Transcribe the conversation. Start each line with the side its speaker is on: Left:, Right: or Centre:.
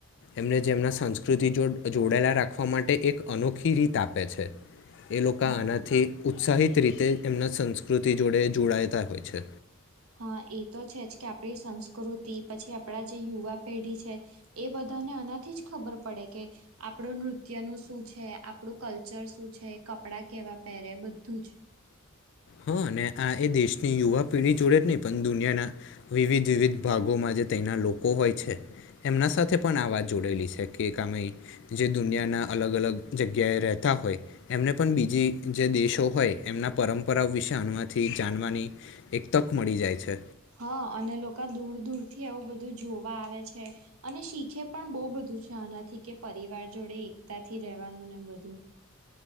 Left: એમને જે એમના સંસ્કૃતિ જો જોડાયેલા રાખ ખવા માટે એક અનોખી ખી રીત આપે છે. એ લોકો
Right: હા
Left: આનાથી ઉત્સાહિત રીતે એમના સંસ્કૃતિ જોડે જોડાયતા હોય છે.
Right: હા એ તો છે જ, કે આપણી સંસ્કૃતિ, પછી આપણા જે યુવા પેઢી છે એ બધાને આનાથી જ ખબર પડે કે આપણું નૃત્યનું શું છે, આપણું કલ્ચર શું છે, કપડા કેવા પહેરે બધું જ.
Left: હા, ને આ એ દેશની યુવા પેઢી જોડે જ નહીં પન દુનિયાના વિવિધ-વિવિધ ભાગોમાં જે તેના લોકો હોય છે, એમના સાથે પણ આ વાત જોડેલી છે, કે કામય જે દુનિયાના અલગ-અલગ જગ્યાએ રહેતા હોય, એમને પણ બીજી જે દેશો હોય એમના પરં પરા વિશે <unintelligible> જાનવાની એક તક મળી જાય છે.
Right: હા. અને લોકા દૂર-દૂરથી આવું બધું જોવા આવે છે, અને શીખે પણ બોવ બધું છે આનાથી કે પરિવાર જોડે એકતાથી રહેવાનું ને બધું.